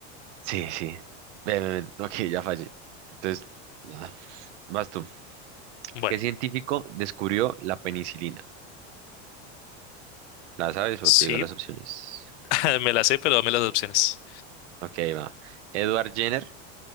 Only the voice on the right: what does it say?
Sí, sí. Ven, ven, ven. Ok, ya fallé. Entonces, ah, vas tú.
¿Qué científico descubrió la penicilina? ¿La sabes o
te digo las opciones?
Ok, va. Edward Jenner,